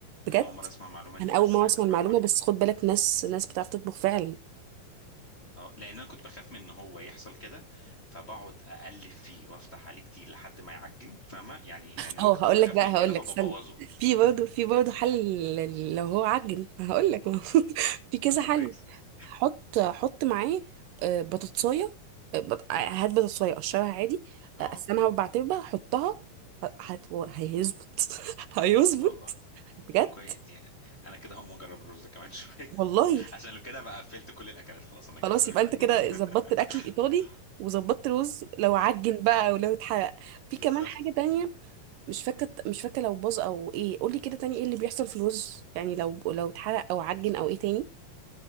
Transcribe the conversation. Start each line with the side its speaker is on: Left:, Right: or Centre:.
Right: بجد
Left: انا اول مره اسمع المعلومه دي
Right: انا
Left: بس
Right: اول مرة
Left: دي
Right: اسمع
Left: معلومه
Right: المعلومة بس
Left: حلوه
Right: خد بالك ناس ناس بتعرف تطبخ فعلا
Left: اه لان انا كنت بخاف من ان هو يحصل كده فبقعد اقلب فيه وافتح عليه كتير لحد ما يعجن فاهمه يعني يعني
Right: اه
Left: انا كنت
Right: هقول
Left: بخاف
Right: لك بقى
Left: من
Right: هقول
Left: كده فببوظه
Right: لك استنى في برضه في
Left: <laughs>
Right: برضه حل لل- لو هو عجن هقول لك <laughs> في كذا
Left: طب
Right: حل
Left: كويس كويس
Right: حط حط معاه آه، بطاطسايه آه، بط- آه، هات بطاطسايه قشرها عادي
Left: <laughs> اه
Right: آه، قسمها اربع تربة حطها ه- هت- هيظبط <laughs> هيظبط
Left: والله
Right: بجد
Left: طب كويس يعني انا كده هقوم اجرب الرز كمان شويه
Right: والله
Left: <laughs> عشان لو كده بقى قفلت كل الاكلات خلاص انا كده
Right: خلاص
Left: تمام
Right: يبقى انت
Left: <laughs>
Right: كده ظبطت الاكل الايطالي وظبطت الرز لو عجن بقى ولو اتحرق في كمان
Left: بالظبط
Right: حاجه تانية مش فاكره مش فاكره لو باظ او ايه قولي كده تاني ايه اللي بيحصل في الرز يعني لو لو اتحرق او عجن او ايه تاني